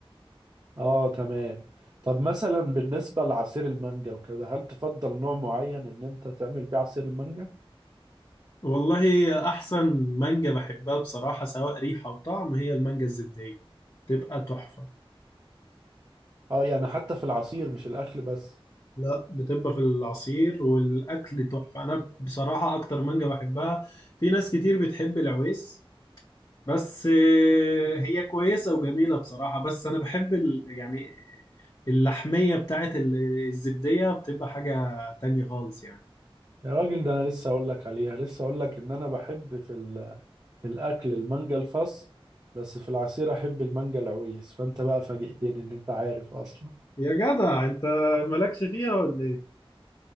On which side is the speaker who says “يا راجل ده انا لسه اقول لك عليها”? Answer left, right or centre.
Right